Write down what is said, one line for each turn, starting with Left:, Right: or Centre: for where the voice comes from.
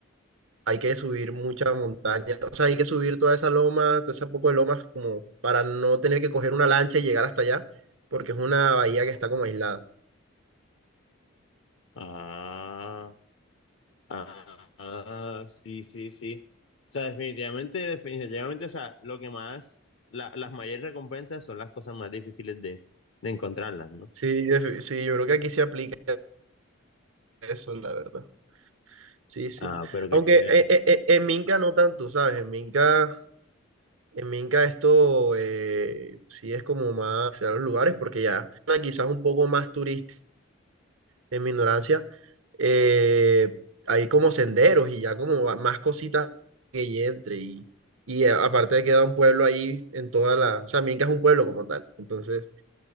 Right: Hay que subir mucha montaña, o sea, hay que subir toda esa loma, toda esa poco de lomas, como para no tener que coger una lancha y llegar hasta allá, porque es una bahía que está como aislada.
Left: Ah. Ah, ah, sí, sí, sí. O sea, definitivamente, definitivamente, o sea, lo que más, la- las mayores recompensas son las cosas más difíciles de, de encontrarlas, ¿no?
Right: Sí, defi- sí, yo creo que aquí se aplica eso, la verdad. Sí, sí.
Left: Ah, pero qué
Right: Aunque
Left: chévere.
Right: eh,
Left: <laughs>
Right: eh, eh, en Minca no tanto, ¿sabes? En Minca En Minca esto eh, sí es como más a los lugares porque ya ah, quizás un poco más turístico en mi ignorancia. eh, hay como senderos y ya como va- más cositas que y entre y, y a- aparte queda un pueblo ahí en toda la, o sea, Minca es un pueblo como tal. Entonces